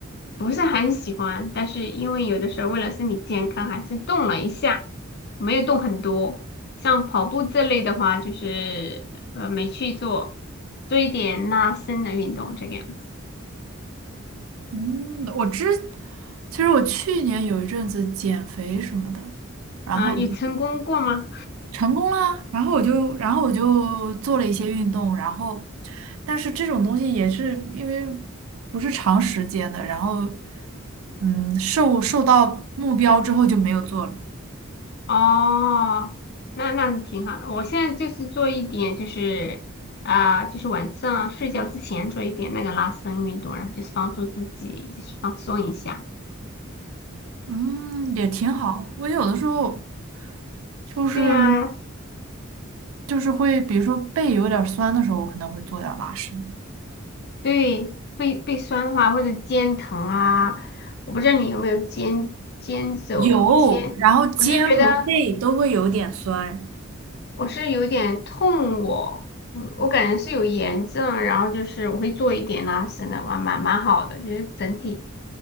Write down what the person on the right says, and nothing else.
嗯，我之，其实我去年有一阵子减肥什么的，然后。
成功啦，然后我就，然后我就做了一些运动，然后，但是这种东西也是因为不是长时间的，然后，嗯，受受到目标之后就没有做了，
嗯，也挺好。我有的时候就是
就是会，比如说背有点儿酸的时候，我可能会做点儿拉伸，
有，然后肩和背都会有点酸。